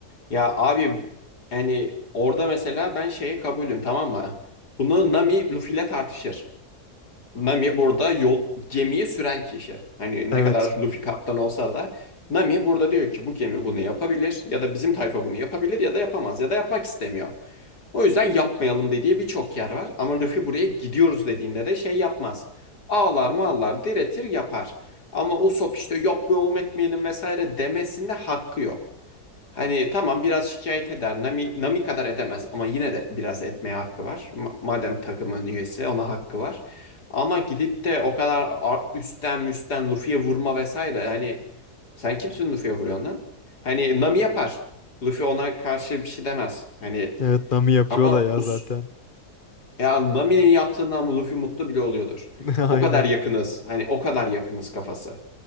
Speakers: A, on the left (about 85°); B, on the left (about 35°).
A: Ya abi yani orada mesela ben şeye kabulüm tamam mı? Bunu Nami Luffy ile tartışır. Nami burada yol gemiyi süren kişi. Hani
B: Evet.
A: ne kadar Luffy kaptan olsa da Nami burada diyor ki bu gemi bunu yapabilir ya da bizim tayfa bunu yapabilir ya da yapamaz ya da yapmak istemiyor. O yüzden yapmayalım dediği birçok yer var ama Luffy buraya gidiyoruz dediğinde de şey yapmaz. Ağlar mağlar diretir yapar. Ama Usopp işte yapmayalım etmeyelim vesaire demesinde hakkı yok. Hani tamam biraz şikayet eder. Nami, Nami kadar edemez ama yine de biraz etmeye hakkı var. Ma- Madem takımın üyesi ona hakkı var. Ama gidip de o kadar ar- üstten müstten Luffy'ye vurma vesaire. Hani sen kimsin Luffy'ye vuruyorsun lan? Hani Nami yapar. Luffy ona karşı bir şey demez. Hani
B: Evet Nami yapıyor
A: ama
B: da ya
A: us-
B: zaten.
A: ya Nami'nin yaptığından Luffy mutlu bile oluyordur.
B: <laughs>
A: O kadar yakınız.
B: Aynen.
A: Hani o kadar yakınız kafası.